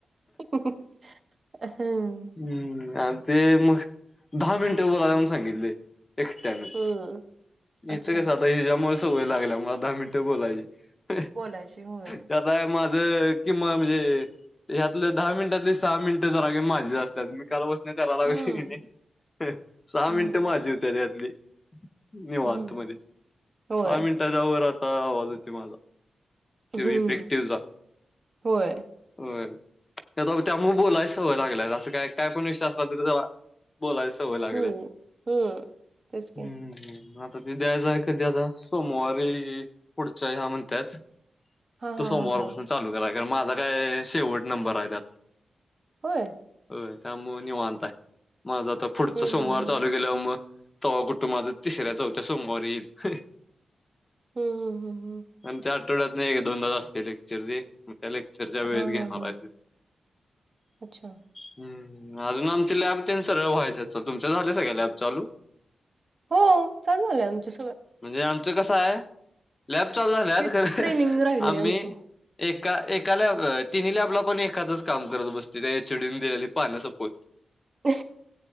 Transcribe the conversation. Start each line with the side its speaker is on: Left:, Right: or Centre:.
Right: <inaudible> हम्म.
Left: हम्, आन तेे मग दहा मिनिटे बोला अजून सांगितले, एकट्यानच.
Right: हम्म, अच्छा
Left: इथे कस आता हिच्यामुळे सवयी लागल्यामुळं, दहा मिनिटे बोलायची. <inaudible>
Right: बोलायची होय
Left: ते आता माझं किमान म्हणजे ह्यातले दहा मिनिटातले, सहा मिनिटं जरा कमी माझेच असतात. काल बसण करालोय
Right: हम्म
Left: की नाही, <inaudible> सहा
Right: हम्म
Left: मिनिटं माझी येत त्याच्यातले. निवांत
Right: हम्म
Left: मध्ये.
Right: होय
Left: <inaudible> सहा मिनिटांच्या वर आता आवाज येतोय माझा.
Right: हम्म
Left: ते इफेक्टिव्ह जा.
Right: होय
Left: <inaudible> होय. त्या त्यामुळे बोलायची सवय लागलीय, असं काय काय पण विषय असला तरी जरा बोलाय सवय लागल्या.
Right: हम्म
Left: <inaudible>
Right: हम्म तेच
Left: हम्म
Right: की
Left: हम्. आता ते द्यायचं आहे कधी आता? सोमवारी पुढच्या ह्या म्हणतायेत.
Right: हा
Left: तो
Right: हा
Left: सोमवारपासून
Right: हा हा
Left: चालू करा. कारण माझा काय शेवट नंबर आहे त्यात.
Right: होय.
Left: होय. त्यामुळं निवांत हाय. माझं आता पुढचा
Right: हम्म
Left: सोमवार
Right: हम्म
Left: चालू केल्यावर मग तवा कुठं माझं तिसऱ्या चौथ्या सोमवारी <inaudible>
Right: हम्म हम्म हम्म हम्म हम्म.
Left: आणि त्या आठवड्यात नाही एक दोनदा च असते लेक्चर रे. त्या लेक्चरच्या वेळेस
Right: हा
Left: घेणार
Right: हा हा
Left: आहेत ते.
Right: अच्छा
Left: <inaudible> हम्. अजून आमची लॅब ते सगळं व्हायचंय ते. तुमच्या झाले सगळ्या लॅब चालू?
Right: हो. चालू झालंय आमच्या
Left: म्हणजे आमचं कसं आहे? लॅब चालू झाल्या,
Right: की
Left: खर
Right: ट्रेनिंग राहिलंय
Left: आम्ही
Right: आमचं
Left: एका एका लॅब तिन्ही लॅबला पण एकाच काम करत बसतो. त्या एचडीने दिलेली पानं सपो <inaudible>
Right: <inaudible>